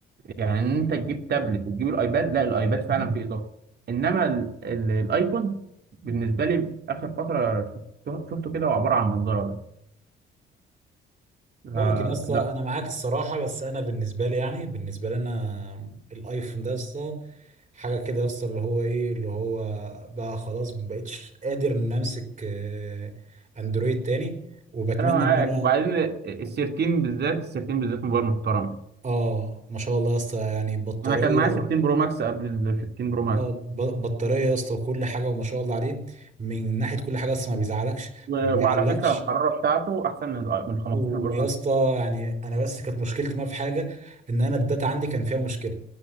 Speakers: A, on the right (about 55°); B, on the right (about 40°).
A: يعني إن انت تجيب تابلت وتجيب الايباد لا الايباد فعلا فيه اضافه انما ال... ال... الايكون بالنسبه لي اخر فتره شفته, شفته كده هو عباره عن منظره بس آه
B: ممكن يا اسطى
A: لا
B: أنا معاك الصراحة بس أنا بالنسبة لي يعني بالنسبة لي أنا الأيفون ده يا اسطى حاجة كده يا اسطى اللي هو إيه اللي هو بقى خلاص ما بقتش قادر إن أمسك آه، أندرويد تاني وبتمنى
A: انا معاك
B: إن أنا
A: وبعدين ال 13 بالذات ال 13 بالذات موبايل محترم
B: آه ما شاء الله يا اسطى يعني بطارية
A: انا كان معايا 16 برو ماكس قبل ال 15 برو ماكس
B: اه ب- بطاريه يا اسطى وكل حاجه وما شاء الله عليه من ناحيه كل حاجه اصلا ما بيزعلكش
A: و...
B: ما بيعلقش
A: وعلى فكره الحراره بتاعته احسن من ال من 15
B: ويا
A: برو ماكس
B: اسطى يعني انا بس كانت مشكلتي معاه في حاجه ان انا الداتا عندي كان فيها مشكله